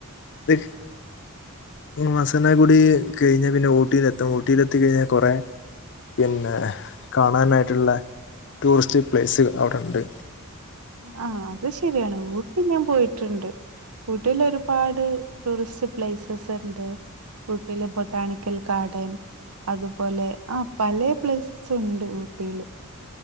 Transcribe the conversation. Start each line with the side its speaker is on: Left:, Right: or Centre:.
Left: അത് മസന ഗുടി കഴിഞ്ഞാൽ പിന്നെ ഊട്ടിയിലെത്തും ഊട്ടിയിലെത്തിക്കഴിഞ്ഞാൽ കൊറേ പിന്നെ ് കാണാനായിട്ടുള്ള ടൂറിസ്റ്റ് പ്ലേസ് അവിടെണ്ട്.
Right: ആഹ് അത് ശരിയാണ് ഊട്ടി ഞാൻ പോയിട്ടുണ്ട്. ഊട്ടില ഒരുപാട് ടൂറിസ്റ്റ് പ്ലേസസ്ണ്ട്. ഊട്ടീല് ബൊട്ടാണിക്കൽ ഗാർഡൻ അതുപോലെ ആഹ് പലേ പ്ലേസസുണ്ട്.... ഊട്ടിയില്